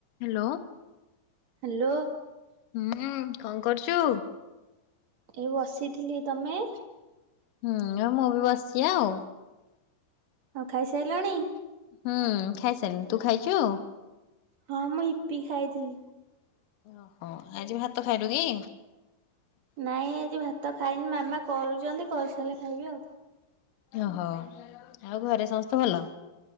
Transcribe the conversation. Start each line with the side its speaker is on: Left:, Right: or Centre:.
Left: Hello.
Right: Hello.
Left: ହୁଁ। କଣ କରୁଛୁ?
Right: ଏ ବସିଥିଲି ତମେ?
Left: ହୁଁ ଏ ମୁଁ ବି ବସିଛି ଆଉ।
Right: ଆଉ ଖାଇସାରିଲାଣି?
Left: ହୁଁ ଖାଇସାରିଲିଣି ତୁ ଖାଇଛୁ?
Right: ହଁ ମୁଁ ଇପି ଖାଇଥିଲି।
Left: ଓହୋ ଆଜି ଭାତ ଖାଇନୁ କି?
Right: ନାଇଁ ଆଜି ଭାତ ଖାଇନି ମାମା କରୁଛନ୍ତି କରିସାରିଲେ ଖାଇବି ଆଉ।
Left: ଓହୋ ଆଉ ଘରେ ସମସ୍ତେ ଭଲ?